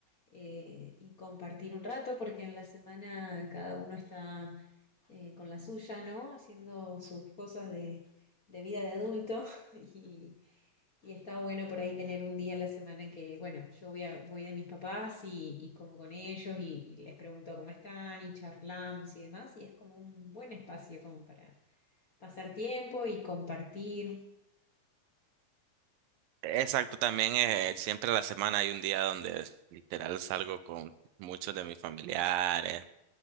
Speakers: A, on the left (about 40°); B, on the right (about 90°).
A: eh, y compartir un rato, porque en la semana cada uno está eh, con la suya, ¿no? Haciendo sus cosas de, de vida de adulto <laughs> y y está bueno por ahí tener un día a la semana que, bueno, yo voy, a, voy de mis papás y, y como con ellos y, y les pregunto cómo están y charlamos y demás, y es como un buen espacio como para pasar tiempo y compartir.
B: Exacto, también eh, siempre a la semana hay un día donde literal salgo con muchos de mis familiares,